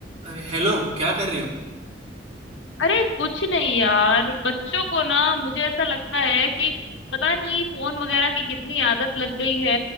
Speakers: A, on the right; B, on the left.
A: अरे हेलो क्या कर रही हो
B: अरे कुछ नहीं यार बच्चों को ना मुझे ऐसा लगता है कि पता नहीं फोन वगैरह की कितनी आदत लग गई है